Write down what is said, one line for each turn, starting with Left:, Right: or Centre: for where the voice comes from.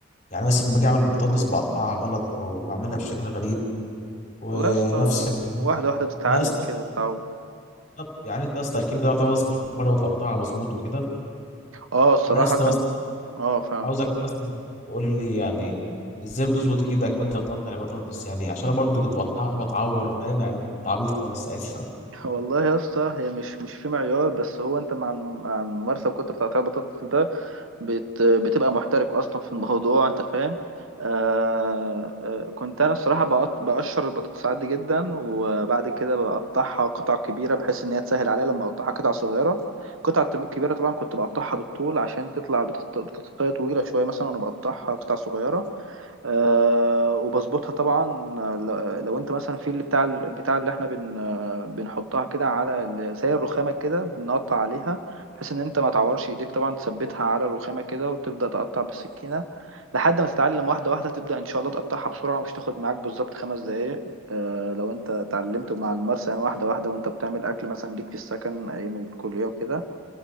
Left: يعني مثلا باجي اعمل البطاطس بقطعها غلط او بعملها بشكل غريب
Right: <laughs>
Left: ونفس
Right: والله يا اسطى
Left: الكلام
Right: واحدة واحدة بتتعلم
Left: انا يا اسطى
Right: كده وتتعود
Left: بالظبط، يعني انت يا اسطى اكيد بتعرف تعمل بطاطس محمره وتقطعها مظبوط وكده
Right: اه الصراحة
Left: فانا يا اسطى
Right: كان
Left: بس
Right: اه فاهم
Left: عاوزك مثلا تقول لي يعني ازاي بتظبط ايدك وانت بتقطع البطاطس يعني عشان انا برضو كنت بقطعها بتعور فاهم يعني كنت عبيط خالص ساعتها
Right: والله يا اسطى هي مش مش في معيار بس هو انت مع الم- مع الممارسه وكتر بتاع البطاطس ده بت بتبقى محترف اصلا في الموضوع انت فاهم آه آه كنت انا الصراحه بقط- بقشر البطاطس عادي جدا وبعد كده بقطعها قطع كبيره بحيث ان هي تسهل عليا لما اقطعها قطع صغيره قطع كبيره طبعا كنت بقطعها بالطول عشان تطلع بطاطس بطاطساية طويله شويه مثلا وانا بقطعها قطع صغيره آه، وبظبطها طبعا آه، ل- لو انت مثلا في اللي بتاع البتاع اللي احنا بن آه، بنحطها كده على ال- زي الرخامه كده بنقطع عليها بحيث ان انت ما تعورش ايديك طبعا تثبتها على الرخامه كده وتبدا تقطع بالسكينه لحد ما تتعلم واحده واحده تبدا ان شاء الله تقطعها بسرعه مش تاخد معاك بالظبط خمس دقائق آه، لو انت اتعلمت مع الممارسه يعني واحده واحده وانت بتعمل اكل مثلا ليك في السكن ايام الكليه وكده